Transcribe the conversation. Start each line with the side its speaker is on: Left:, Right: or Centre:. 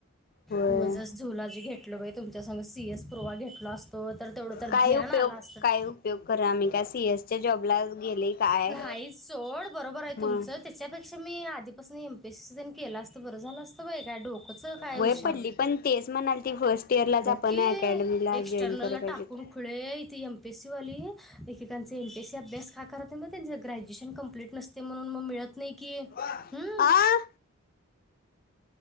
Left: होय
Centre: हो जस झुलाजी घेतल बा तुमच्या स सीएस प्रवा घेतल असतो. तर तेवढं तर
Left: काय
Centre: ज्ञान
Left: उपयोग
Centre: आलं असतं
Left: काय उपयोग करा आम्ही का सीएसच्या जॉबला. गेले काय
Centre: नाही सोड बरोबर आहे तुमचं
Left: मग
Centre: त्याच्यापेक्षा मी आधीपासून एमपे. केला असत बर झालं असत बा काय डोकच काय
Left: वय
Centre: हुशार
Left: पडली
Centre: नाही.
Left: पण तेच म्हणाल ती फर्स्ट इयरलाच
Centre: बघकीि
Left: आपण अकॅडमीला
Centre: एक्स्टर्नल
Left: जॉईन कराय
Centre: ला
Left: पाहिजे
Centre: टाकून
Left: होती
Centre: खुळे इथे एमपीएससी वाली एककांचे एमपीएसी अभ्यास का करतते मग त्यां ग्रॅज्युएशन कंप्लीट नसते म्हणून मग मिळत न कि
Left: आ
Centre: हम्.